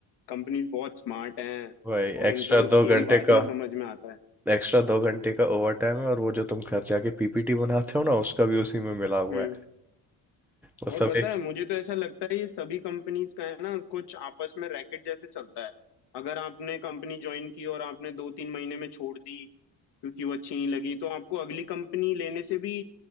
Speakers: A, on the left (about 70°); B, in the centre.
A: कंपनीज बहुत स्मार्ट हैं
B: भाई
A: और
B: एक्स्ट्रा
A: इनका गेम
B: दो घंटे
A: बाद
B: का
A: में समझ में आता है
B: एक्स्ट्रा दो घंटे का ओवर टाइम है और वो जो तुम घर जाके पीपीटी बनाते हो ना उसका भी उसी में मिला हुआ
A: हम्म
B: है वो सब
A: और पता
B: एक
A: है मुझे तो ऐसा लगता है ये सभी कंपनीज का है ना कुछ आपस में रैकेट जैसे चलता है अगर आपने कंपनी ज्वाइन की और आपने दो तीन महीने में छोड़ दी क्योंकि वो अच्छी नहीं लगी तो आपको अगली कंपनी लेने से भी